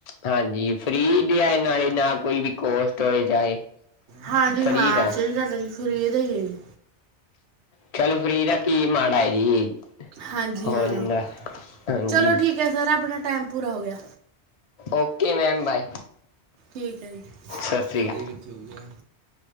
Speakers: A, on the left; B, on the right.
A: ਹਾਂਜੀ ਫਰੀ ਦੇ ਆਏ ਨਾਲੇ ਨਾ ਕੋਈ ਕੋਸਟ ਹੋਏ ਚਾਹੇ
B: ਹਾਂਜੀ
A: ਫ੍ਰੀ
B: ਹਾਂ,
A: ਦਾ
B: ਸਹੀ ਗੱਲ ਹੈ ਜੀ, ਫਰੀ ਦੇ ਹੀ ਏ
A: ਚਲੋ ਫ੍ਰਰੀ ਦਾ ਕੀ ਮਾੜਾ ਏ ਜੀ?
B: ਹਾਂਜੀ
A: ਹੋ
B: ਹਾਂ,
A: ਜਾਂਦਾ ਹਾਂਜੀ
B: ਚਲੋ ਠੀਕ ਹੈ ਸਰ ਆਪਣਾ ਟਾਈਮ ਪੂਰਾ ਹੋ ਗਿਆ।
A: Okay ma'am bye.
B: ਠੀਕ ਹੇ ਜੀ,
A: ਸਤਿ ਸ਼੍ਰੀ
B: ਹਜੇ ਕਿਥੇ ਹੋ ਗਿਆ?